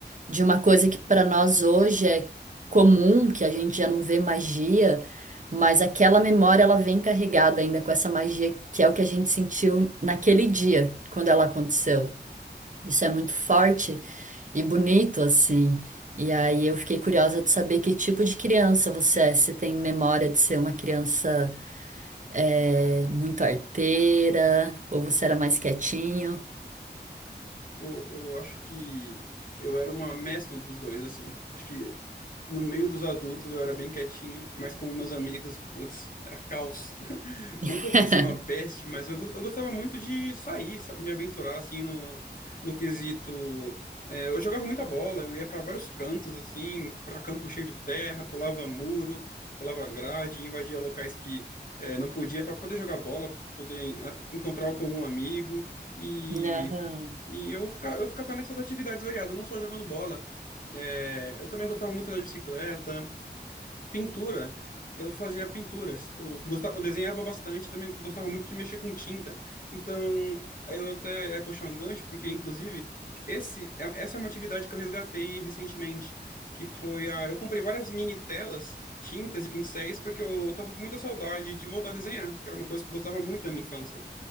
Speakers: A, on the right; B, on the left.
A: de uma coisa que para nós hoje é comum, que a gente já não vê magia, mas aquela memória ela vem carregada ainda com essa magia que é o que a gente sentiu naquele dia, quando ela aconteceu. Isso é muito forte e bonito assim. E aí eu fiquei curiosa de saber que tipo de criança você é. Você tem memória de ser uma criança eh, muito arteira ou você era mais quietinho?
B: Pô, eu acho que eu era uma mescla dos dois, assim. Acho que no meio dos adultos eu era bem quietinho, mas com meus amigos, putz, era caos. <laughs>
A: <laughs>
B: Não que eu fosse uma peste, mas eu, go- eu gostava muito de sair, sabe, me aventurar, assim, no, no quesito. É, eu jogava muita bola, eu ia para vários cantos, assim, para campo cheio de terra, pulava muro, pulava grade, invadia locais que. é, não podia para poder jogar bola, poder ah, encontrar com algum amigo e
A: Aham.
B: e eu ficava, eu ficava nessas atividades variadas, não só jogando bola. É, eu também gostava muito de andar de bicicleta, pintura. Eu fazia pinturas. Eu gostava, eu desenhava bastante, também gostava muito de mexer com tinta. Então, eu até ia puxar um gancho, porque inclusive esse, é- essa é uma atividade que eu resgatei recentemente, que foi a, eu comprei várias mini telas, tintas e pincéis, porque eu tava com muita saudade de voltar a desenhar, que era uma coisa que eu gostava muito da minha infância.